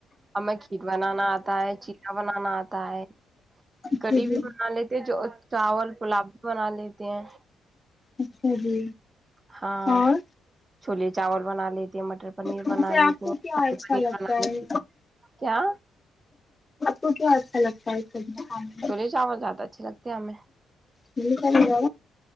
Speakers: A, on the right; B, on the left.
A: <unintelligible> بنانا آتا ہے چلاا بنانا آتا ہے
B: اچھا
A: گڑی
B: جی
A: بھی بنا لیےتے جو چاول گلاب بھی بنا لیتے ہیں
B: اچھا جی
A: ہاں
B: اور
A: چھلی چاول بنا لیتی ہیں مٹر پنیر
B: ویسے
A: بنا لیتی
B: آپ کو
A: ہیں
B: کیا
A: شاہی
B: اچھا
A: پنیر
B: لگتا
A: بنا لیتی
B: ہے
A: کیا
B: تو کیا اچھا لگتا ہے سبزی کھانے میں
A: چھوولے چاول زیادہ اچھے لگتے ہیں ہمیں
B: جٹھیک ہے جا